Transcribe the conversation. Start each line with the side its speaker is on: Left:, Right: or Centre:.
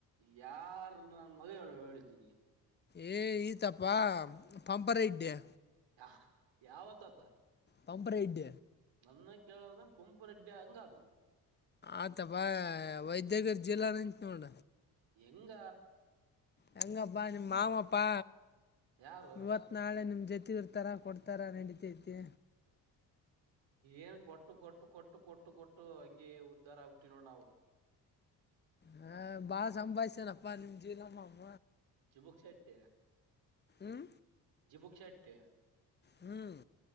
Right: ಯಾರ್ ನಾನ ಮಗ ಹೇಳಿದ್ ನಿಂಗೆ
Left: ಏ ಈತಪ್ಪ ಪಂಪರ ಇಡ್ಡ್ಯಾ
Right: ಯ ಯಾವತ್ತಾತ
Left: ಪಂಪ ರೈಡ್
Right: ನನ್ನ ಕೇಳಾರ್ದ ಪಂಪು ರೆಡ್ಡಿ ಹೆಂಗ ಆದ್ನ
Left: ಆತ ಬಾ ವೈದ್ಯಗರಿ ಜಿಲ್ಲಾ ನಿಂತ್ನೋಡ
Right: ಎಂಗ
Left: ಹೆಂಗಪ್ಪ ನಿ ಮಾವಪ್ಪಾ
Right: ಯಾರು
Left: ಇವತ್ ನಾಳೆ ನಿಮ್ದ ಜೊತೆ ಇರ್ತಾರ ಕೊಡ್ತಾರ ನಡೀತೈತಿ
Right: ಏನ್ ಕೊಟ್ಟು ಕೊಟ್ಟು ಕೊಟ್ಟು ಕೊಟ್ಟು ಕೊಟ್ಟು ಹಂಗೆ ಉದ್ಧಾರ ಆಗ್ಬಿಟ್ಟಿವಿ ನೋಡ್ ನಾವು
Left: ಹಾ ಬಾಳ ಸಂಭಾಯ್ಸೇನಪ್ಪಾ ನಿಮ್ ಜೀಲಮಾಮ
Right: ಚುಬುಕ್ ಶೆಟ್ಟೀ
Left: ಊಂ
Right: ಬುಕ್ ಶಟ್ಟೀ
Left: ಹ್ಮ್